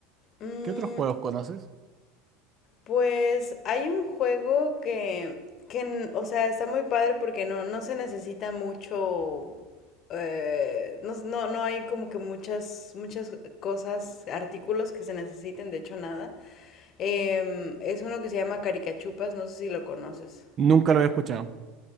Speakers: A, on the left; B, on the right.
A: Mm,
B: ¿Qué otros juegos conoces?
A: pues hay un juego que, que, n- o sea, está muy padre porque no, no se necesita mucho, eh, no, no, no hay como que muchas, muchas cosas, artículos que se necesiten, de hecho nada. Em, es uno que se llama Caricachupas, no sé si lo conoces.
B: Nunca lo he escuchado.